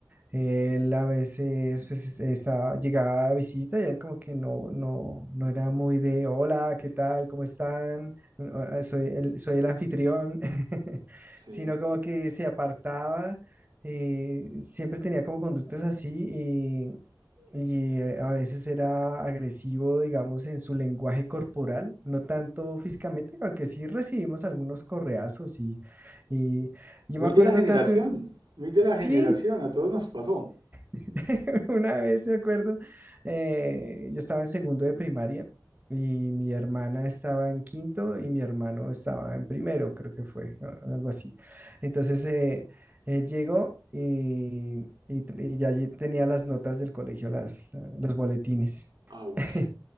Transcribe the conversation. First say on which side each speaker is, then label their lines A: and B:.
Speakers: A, on the right (about 25°); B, on the right (about 90°).
A: Él a veces pues, es- estaba, llegaba a visita y él como que no, no, no era muy de, hola, ¿qué tal? ¿Cómo están? Bueno, ah, ah, Soy el, soy el anfitrión, <laughs>
B: Sí.
A: sino como que se apartaba. eh, siempre tenía como conductas así y eh, a veces era agresivo, digamos, en su lenguaje corporal, no tanto físicamente, aunque sí recibimos algunos correazos y, y yo
B: Muy
A: me acuerdo
B: de la generación,
A: tanto,
B: muy de la
A: sí,
B: generación, a todos nos pasó.
A: <laughs> Una vez, me acuerdo, eh, yo estaba en segundo de primaria y mi hermana estaba en quinto y mi hermano estaba en primero, creo que fue, a- algo así. Entonces, eh, él llegó y, y tr- y ya allí tenía las notas del colegio, las, la- los boletines.
B: Ouch,
A: <laughs>